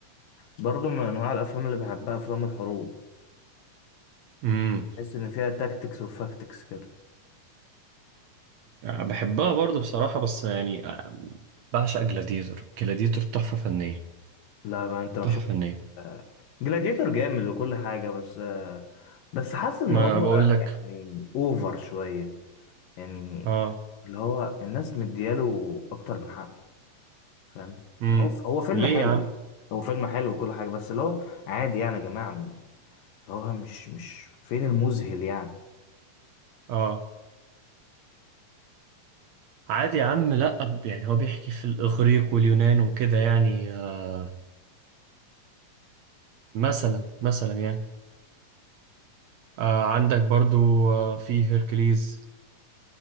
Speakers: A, on the left; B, on the right.
A: برضه من انواع الافلام اللي بحبها افلام الحروب
B: امم
A: تحس ان فيها تاكتكس وفاكتكس كده
B: بحبها برضه بصراحة بس يعني آه، بعشق جلاديتور جلاديتور تحفة فنية
A: لا بقى انت مش
B: تحفة فنية
A: <laughs> جلاديتور جامد وكل حاجه بس آه، بس حاسس ان
B: ما
A: هو
B: بقول لك
A: يعني اوفر شويه يعني
B: اه
A: اللي هو الناس مدياله اكتر من حقه فاهم
B: امم
A: يعني هو هو فيلم
B: ليه
A: حلو
B: يا عم
A: هو فيلم حلو وكل حاجه بس اللي هو عادي يعني يا جماعه اللي هو مش مش فين المذهل يعني
B: اه عادي يا عم لا يعني هو بيحكي في الإغريق واليونان وكده يعني آه مثلا مثلا يعني آه عندك برضو آه في هيركليز